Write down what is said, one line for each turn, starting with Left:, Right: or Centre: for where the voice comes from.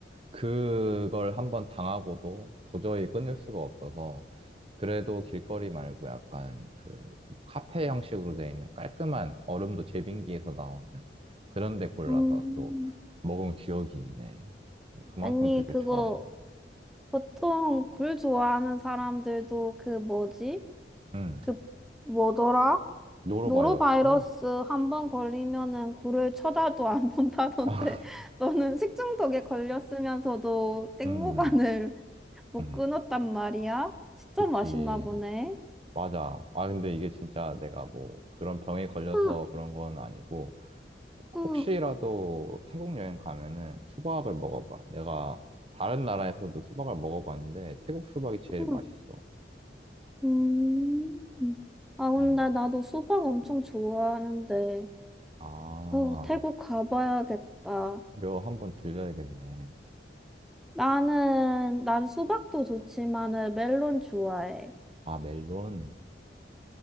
Right: 그걸 한번 당하고도 도저히 끊을 수가 없어서 그래도 길거리 말고 약간 그뭐 카페 형식으로 되어 있는 깔끔한 얼음도 제빙기에서 나오는 그런 데 골라서
Centre: 음.
Right: 또 먹은 기억이 있네. 그만큼
Centre: 아니,
Right: 되게
Centre: 그거
Right: 좋아해.
Centre: 보통 굴 좋아하는 사람들도 그 뭐지?
Right: 음.
Centre: 그 뭐더라?
Right: 노로바이러스?
Centre: 노로바이러스 한 번 걸리면은 굴을 쳐다도 안 본다던데
Right: <laughs>
Centre: <laughs> 너는 식중독에 걸렸으면서도 땡모반을
Right: 음.
Centre: <laughs> 못
Right: 음.
Centre: 끊었단 말이야? 진짜
Right: 그치.
Centre: 맛있나 보네.
Right: 맞아. 아, 근데 이게 진짜 내가 뭐 그런 병에 걸려서
Centre: 응,
Right: 그런 건 아니고,
Centre: 응,
Right: 혹시라도 태국 여행 가면은 수박을 먹어봐. 내가 다른 나라에서도 수박을 먹어봤는데, 태국 수박이 제일
Centre: 응.
Right: 맛있어.
Centre: 음. 아, 근데
Right: 음.
Centre: 나도 수박 엄청 좋아하는데,
Right: 아,
Centre: 어, 태국 가봐야겠다.
Right: 이거 한번 들려야겠네.
Centre: 나는, 난 수박도 좋지만은 멜론 좋아해.
Right: 아, 멜론?